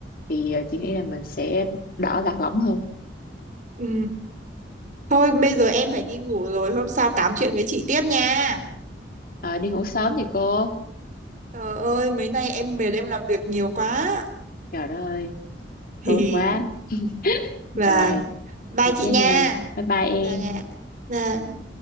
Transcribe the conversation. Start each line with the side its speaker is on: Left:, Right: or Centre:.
Left: thì ờ, chị nghĩ là mình sẽ đỡ lạc lõng hơn
Right: Ừ. Thôi bây giờ em phải đi ngủ rồi, hôm sau tám chuyện với chị tiếp nha.
Left: Ờ, đi ngủ sớm thì cô
Right: Trời ơi, mấy nay em mệt em làm việc nhiều quá. <laughs>
Left: trời đất ơi
Right: Hì.
Left: thương quá rồi
Right: Vâng, bye
Left: ngủ
Right: chị
Left: thế
Right: nha.
Left: nha bye bye em
Right: Vâng ạ. Vâng.